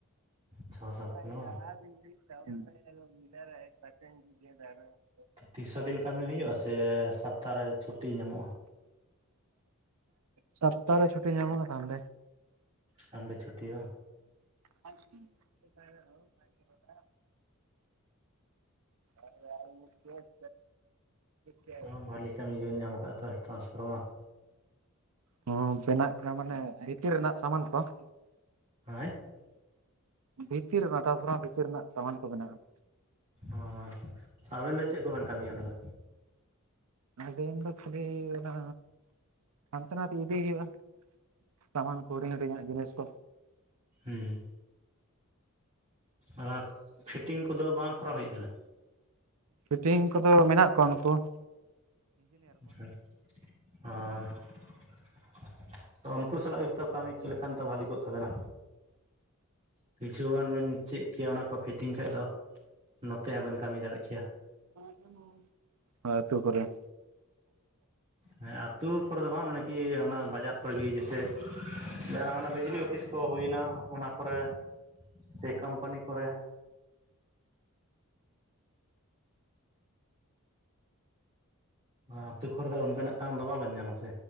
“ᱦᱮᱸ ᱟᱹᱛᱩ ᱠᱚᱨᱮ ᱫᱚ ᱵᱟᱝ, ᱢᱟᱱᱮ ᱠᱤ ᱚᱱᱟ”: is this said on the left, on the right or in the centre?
Right